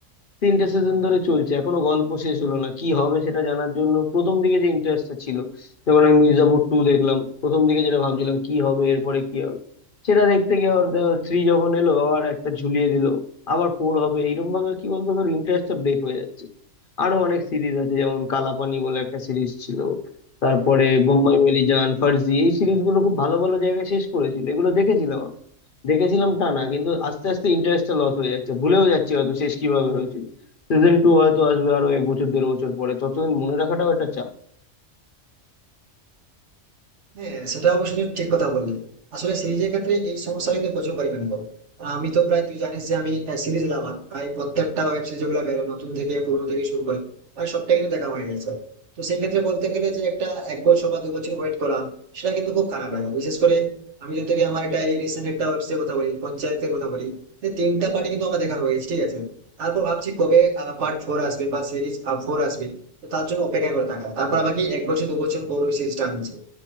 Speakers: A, on the left (about 50°); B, on the right (about 65°).
A: তিনটে সিজন ধরে চলছে এখনো গল্প শেষ হলো না কি হবে সেটা জানার জন্য প্রথম দিকে যে ইন্টারেস্টটা ছিল যেমন আমি মির্জাপুর টু দেখলাম প্রথম দিকে যেটা ভাবছিলাম কি হবে এরপরে কি হবে সেটা দেখতে গিয়ে আবার থ্রি যখন এলো আবার একটা ঝুলিয়ে দিল আবার ফোর হবে এইরকম ভাবে কি বলতো তোর ইন্টারেস্টটা ব্রেক হয়ে যাচ্ছে আরো অনেক সিরিজ আছে যেমন কালাপানি বলে একটা সিরিজ ছিল তারপরে বোম্বাই মেরি জান ফার্জি এই সিরিজগুলো খুব ভালো ভালো জায়গায় শেষ করেছিল এগুলো দেখেছিলাম আমি দেখেছিলাম টানা কিন্তু আস্তে আস্তে ইন্টারেস্টটা লস হয়ে যাচ্ছে ভুলেও যাচ্ছি হয়তো শেষ কিভাবে হয়েছিল সিজন টু হয়তো আসবে আরো এক বছর দেড় বছর পরে ততদিন মনে রাখাটাও একটা চাপ
B: হ্যাঁ সেটা অবশ্যই তুমি ঠিক কথা বললি আসলে সিরিজের ক্ষেত্রে এই সমস্যাটা কিন্তু প্রচুর পরিমাণে হবে আর আমি তো প্রায় তুই জানিস যে আমি সিরিজ লাভার প্রায় প্রত্যেকটা ওয়েব সিরিজ গুলো বেরো নতুন থেকে পুরনো থেকে শুরু করে প্রায় সবটাই কিন্তু দেখা হয়ে গেছে তো সেই ক্ষেত্রে বলতে গেলে যে একটা এক বছর বা দু বছর ওয়েট করা সেটা কিন্তু খুব খারাপ লাগে বিশেষ করে আমি যদি তোকে আমার একটা এই রিসেন্ট একটা ওয়েবসাইট কথা বলি পঞ্চায়েতের কথা বলি যে তিনটা পার্টি কিন্তু আমার দেখা হয়ে গেছে ঠিক আছে তারপর ভাবছি কবে পার্ট ফোর আসবে বা সিরিজ ফোর আসবে তো তার জন্য অপেক্ষা করে থাকা তারপর আবার কি এক বছর দু বছর পর ওই সিরিজটা আনছে